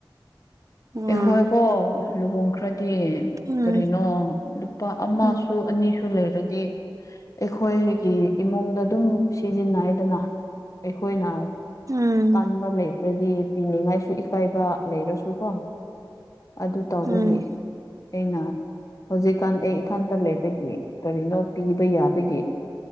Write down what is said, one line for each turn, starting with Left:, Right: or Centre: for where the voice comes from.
Right: ꯎꯝ
Left: ꯑꯩꯈꯣꯏꯀꯣ ꯂꯨꯍꯣꯡꯈ꯭ꯔꯗꯤ
Right: ꯎꯝ
Left: ꯀꯔꯤꯅꯣ ꯂꯨꯄꯥ ꯑꯃꯁꯨ
Right: ꯎꯝ
Left: ꯑꯅꯤꯁꯨ ꯂꯩꯔꯗꯤ ꯑꯩꯈꯣꯏꯒꯤ ꯏꯃꯨꯡꯗ ꯑꯗꯨꯝ ꯁꯤꯖꯤꯟꯅꯩꯗꯅ ꯑꯩꯈꯣꯏꯅ
Right: ꯎꯝ
Left: ꯇꯥꯟꯕ ꯂꯩꯇ꯭ꯔꯗꯤ ꯄꯤꯅꯤꯡꯉꯥꯏꯁꯨ ꯏꯀꯥꯏꯕ ꯂꯩꯔꯥꯁꯨꯀꯣ ꯑꯗꯨ ꯇꯧꯕꯒꯤ
Right: ꯎꯝ
Left: ꯑꯩꯅ ꯍꯧꯖꯤꯛꯀꯥꯟ ꯑꯩ ꯏꯊꯥꯟꯇꯥ ꯂꯩꯕꯒꯤ ꯀꯔꯤꯅꯣ ꯄꯤꯕ ꯌꯥꯕꯒꯤ